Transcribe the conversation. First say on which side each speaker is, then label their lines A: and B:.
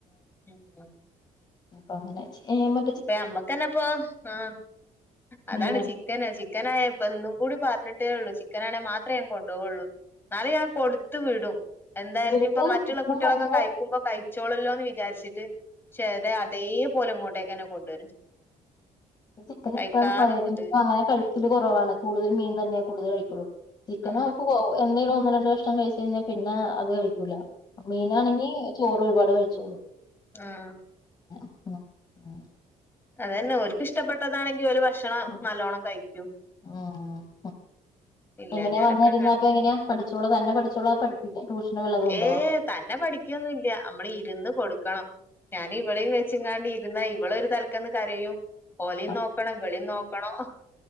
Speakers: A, on the left; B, on the left.
A: മ് മ്
B: അപ്പങ്ങനെ ചെയ്യുമ്പ
A: അപ്പ നമ്മക്കന്നെപ്പ ആ അതാണ്
B: മീനാണ്
A: ചിക്കന് ചിക്കനായപ്പൊ ഇന്നും കൂടി പറഞ്ഞിട്ട് ടേ ഉള്ളൂ ചിക്കനാണെ മാത്രേ ഞാ ൻകൊണ്ടോവുള്ളൂ എന്നാലും ഞാൻ കൊടുത്തു വിടും എന്തായാല്ഇപ്പ
B: ഇവർക്ക്
A: മറ്റുള്ള
B: ചിക്കൻ
A: കുട്ടികളൊക്കെ
B: ഭയങ്കര
A: കഴിക്കുമ്പോ കഴിച്ചോളല്ലോ ന്ന് വി വിചാരിച്ചിട്ട് ശതേ അതേ പോലുംങ്ങോട്ടെ ങ്ങനെ കൊണ്ട്
B: ചിക്കൻഇഷ്ടാന്ന്
A: കഴിക്കാതെ കൊണ്ടുവരും
B: അങ്ങനെ കഴിക്കല് കുറവാണ് കൂടുതൽ മീൻ തന്നെയാ കൂടുതൽ കഴ ചിക്കനും
A: ഉം
B: അഹ്പ്പം എന്തേലും ഒന്ന് രണ്ട കഷ് ഭക്ഷണം കഴിച്ച് കഴിഞ്ഞാൽ പിന്നെ അത് കഴിക്കൂല മീനാണെങ്കി ചോറ് ഒരുപാട് കഴിച്ചോളൂ
A: ആഹ
B: ആ ഉ
A: അത തന്നെ ഒൽക്ക് ഇഷ്ടപ്പെട്ടതാണെങ്കി ഒരു ഭക്ഷണം
B: ഉം
A: നല്ലോണ്ണം കഴിക്കും
B: ഉം.
A: ഇല്ലാഞ്ഞാലൊക്കെ
B: എങ്ങനെയാ വന്നിരുന്ന
A: കണ
B: പ്പ ങ്ങനെയാ പഠിച്ചോളൂ തന്നെ പഠിച്ചോളൂ പഠിപ്പിക്കാ ട്യൂഷനും ഉള്ളതുണ്ടോ
A: ഏയ് തന്നെ പഠിക്കൊന്നുല്ല നമ്മള് ഇരുന്ന് കൊടുക്കണം ഞാൻ ഇവളേയും വെച്ച് ങ്ങാണ്ട ഇരുന്നാ ഇവ ള്ഒരു തലക്കന്ന് കരയും ഓലെയും
B: ആ
A: നോക്കണം ഇവളെയും നോക്കണം